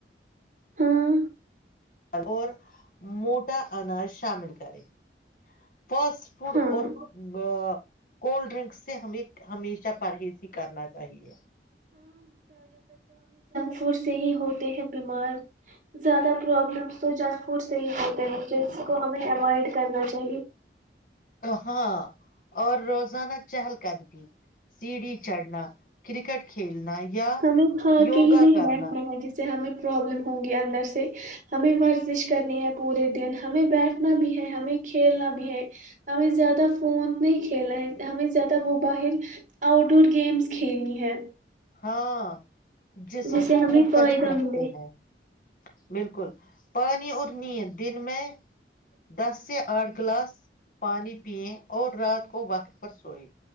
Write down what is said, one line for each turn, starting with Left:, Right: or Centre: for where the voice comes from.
Right: ہاں
Left: اور موٹ اناج شامل کرے فاسٹ فوڈ
Right: ہاں
Left: اور ا کولڈ ڈرنکس سے ہمیں ہمیشہ پرہیز ہی کرنا چاہیے
Right: ف سے ہی ہوتے ہیں بیمار زیادہ پرابلمس تو ج فوڈ صیح ہوتے ہیں جس کو ہمیں اوائڈ کرنا چاہیے
Left: ہاں اور روزانہ چہل قدمی سیڑھی چڑھنا کرکٹ کھیلنا یا
Right: ہمیں کھا
Left: یوگا
Right: کے ہی نہیں
Left: کرنا
Right: بیٹھنا ہے جیسے ہمیں پروابلم ہوں گی اندر سے ہمیں مرزش کرنی ہے پورے دن ہمیں بیٹھنا بھی ہے ہمیں کھیلنا بھی ہے ہمیں زیادہ فون نہیں کھیلنا ہے ہمیں زیادہ موباہر آؤٹ ڈور گیمس کھیلنی ہے
Left: ہاں جسم
Right: جس سے
Left: کو محترک
Right: ہمیں فائدہ
Left: رکھتے
Right: ملے
Left: ہیں بالکل پانی اور نیند دن میں دس سے آٹھ گلاس پانی پیئیں اور رات کو وقت پر سوئے